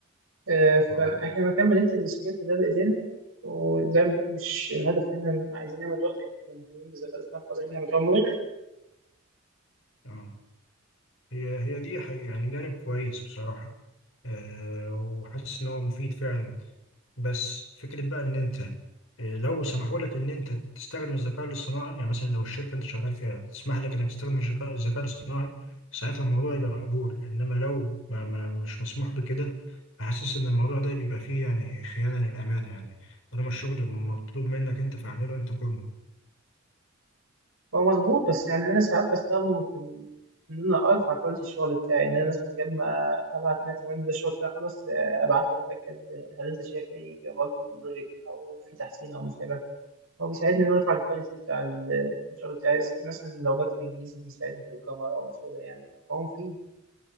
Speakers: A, on the right; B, on the left.
A: آه، فاحنا
B: اه
A: مكان ما نكتب السكريبت ده بايدينا وده م- مش الهدف اللي احنا عايزين نعمل دلوقتي احنا كنا مهتمين بالذكاء الاصطناعي في قضيه ان احنا بنطور موديل
B: اه هي هي دي حقيقة يعني جانب كويس بصراحه آه وحاسس ان هو مفيد فعلا بس فكرة بقى إن أنت آه، لو سمحوا لك إن أنت تستخدم الذكاء الاصطناعي يعني مثلا لو الشركة أنت شغال فيها تسمح لك إنك تستخدم الذكاء الذكاء الاصطناعي ساعتها الموضوع يبقى مقبول إنما لو ما ما مش مسموح بكده حاسس إن الموضوع ده بيبقى فيه يعني خيانة للأمانة يعني طالما الشغل مطلوب منك أنت فاعمله أنت كله
A: هو مظبوط بس يعني انا ساعات بستخدمه في ال- ان انا ارفع كواليتي الشغل بتاعي ان انا مثلا قبل ما ابعت ناس تمام ده الشغل بتاعي خلاص آه، ابعت له اتاكد آه، هل انت شايف اي غلطه في اللوجيك او في تحسين او مشابه هو بيساعدني ان انا ارفع الكواليتي بتاع ال- الشغل بتاعي مثلا لو بكتب انجليزي بيساعدني في الجرامر او مشابه يعني هو مفيد